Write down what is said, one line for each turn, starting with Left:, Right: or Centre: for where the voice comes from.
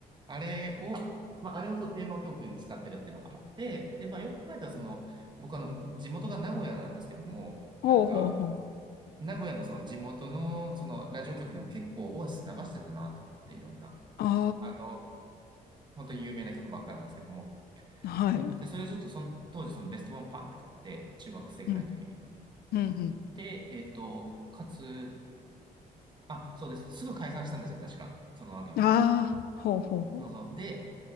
Right: あれを、まあ、あれをそのテーマ曲に使ってるっていうのがあって、で、まあ、よく考えたら、その、僕あの、地元が名古屋なんですけども、
Left: ほうほうほう。
Right: なんか、名古屋のその地元のそのラジオ局でも結構オアシス流してたなって思って、いろんな。
Left: あ
Right: あの、本当に有名な曲ばっかりなんですけども。
Left: あ、はい。
Right: うん。で、それちょっとその当時そのベストワンパンって買って、中学生ぐらいの時に。
Left: うん、うん、う
Right: で、えっと、かつ、あ、そうです。すぐ解散したんですよ、確か。その後に。
Left: ん。ああ、ほうほうほう。
Right: そうそう。で、